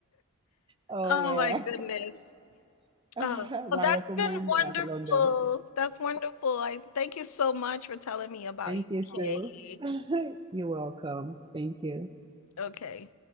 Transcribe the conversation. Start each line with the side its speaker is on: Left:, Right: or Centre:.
Right: oh
Left: oh
Right: yeah.
Left: my goodness.
Right: <laughs> But
Left: Oh, well,
Right: I
Left: that's
Right: recommend
Left: been wonderful.
Right: uh, London.
Left: That's wonderful. I thank you so much for telling me about
Right: Thank
Left: UK.
Right: you too. <laughs> You're welcome. Thank you.
Left: Okay.